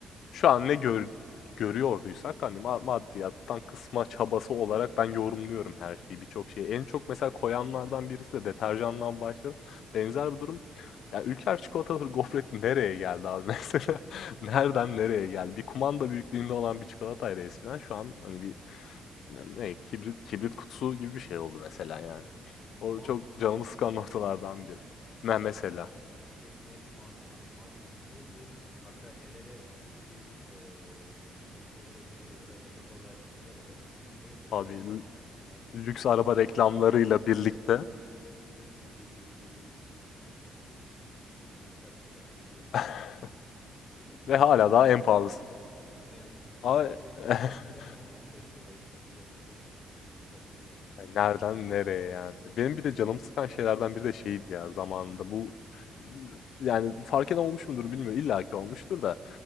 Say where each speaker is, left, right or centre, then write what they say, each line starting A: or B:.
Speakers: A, on the left (about 70°); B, on the left (about 15°).
A: şu an ne gör görüyorduysak, hani, ma maddiyattan kısma çabası olarak ben yorumluyorum her şeyi, birçok şeyi. En çok mesela koyanlardan birisi de deterjandan başladı. Benzer bir durum ya, Ülker çikolatalı gofret nereye geldi abi <laughs> mesela? Nereden nereye geldi? Bir kumanda büyüklüğünde olan bir çikolataydı eskiden şu an, hani, bir
B: Ne yazık
A: ne
B: ki.
A: ne kibrit kibrit kutusu gibi bir şey oldu mesela, yani.
B: Yani Magnum
A: O çok canımı
B: derim
A: sıkan
B: mesela.
A: noktalardan biri. Me mesela.
B: O konuda direkt net Magnum. Hani Magnum neydi? Hatta nelere bir eee empoze edilir ya da metaforlaştırılır da <laughs> şimdi nelere
A: Abi
B: artık
A: Lüks
B: metaforlaştırılıyor
A: araba reklamlarıyla birlikte
B: gibi gibi gibi gibi. Şimdi küçücük bilmem kaç gram geliyor.
A: <laughs>
B: Evet, otururken
A: ve hala
B: aklıma
A: daha en
B: bu
A: pahalısı.
B: geldi işte. Ne yazık ki ne yazık
A: Ama
B: ki. Evet,
A: <laughs>
B: eskiden on on beş liraydı şimdi otuz beş kırk hani kafayı yersin.
A: Ay, Nereden nereye yani? Benim bir de canımı sıkan şeylerden biri de şeydi ya zamanında bu ııı, yani fark eden olmuş mudur bilmiyorum. İlla ki olmuştur da